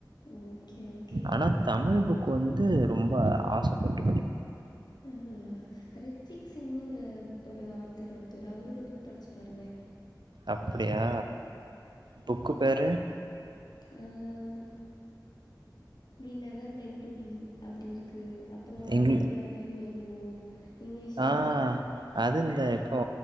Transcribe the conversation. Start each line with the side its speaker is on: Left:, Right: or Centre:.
Left: ஓகே ஓகே
Right: ஆனா தமிழ் புக் வந்து ரொம்ப ஆசப்பட்
Left: ம் ம் ம் ரித்விக் சிங்ன்னு ஒரு ஒரு ஆத்தர் ஒருத்தர் அவரோட புக் படிச்சு பாருங்க
Right: அப்டியா புக்கு பேரு
Left: ம் we never meant to be அப்டி இரு க்கு அப்றோ ஐ
Right: இங்
Left: don't love you anymore English
Right: ஆ
Left: தா
Right: அது இந்த இப்போ